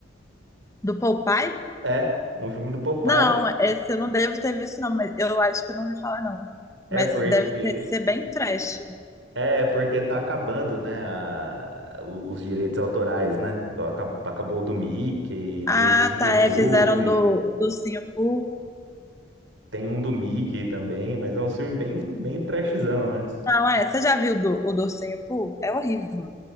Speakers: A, on the left; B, on the right.
A: Do Popeye?
B: É, um filme do Popeye.
A: Não, esse eu não devo ter visto, não. Mas eu acho que eu não ouvi falar, não.
B: É
A: Mas
B: porque
A: deve ter- ser bem trash, né?
B: É, porque tá acabando, né, a- o- os direitos autorais, né? Igual acab- acabou, o do Mickey, do
A: Ah,
B: Ursinho
A: tá. É,
B: Puff,
A: fizeram do, do Ursinho Pooh.
B: tem um do Mickey também, mas é um filme bem, bem trashzão, né?
A: Não, é. Você já viu do, o do Ursinho Pooh? É horrível.